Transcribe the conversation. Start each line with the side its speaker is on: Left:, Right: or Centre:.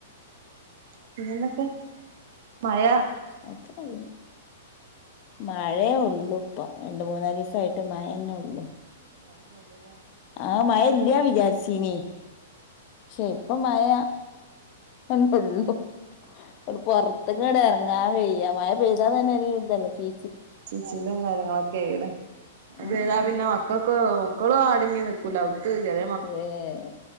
Right: പിന്നെന്തൊക്കെ? മയ.
Left: അത്രെള്ളൂ മഴയേ ഉള്ളു ഇപ്പൊ രണ്ട് മൂന്നാലിസായിട്ട് മഴന്നെ ഉള്ളു
Right: മയന്നെ ഉള്ളൂലെ
Left: ആഹ് മയ ഇല്ല വിചാരിച്ചീനെയ് പക്ഷെ ഇപ്പൊ മയ അതെന്നെള്ളു ഇണ്ട് പൊറത്ത്ക്ക് ഇങ്ങട് എറങ്ങാ വെയ്യ മായ പെയ്താ തന്നെ ഒരു ഇതല്ലെ ചീ
Right: ചിച്ചിലും കാര്യങ്ങളൊക്കെണ് മയ
Left: ഉം
Right: പെയ്താ പിന്നെ മക്കക്ക് മക്കളോ അടങ്ങി നിക്കൂല ഔത്ത് ജല
Left: ഏഹ്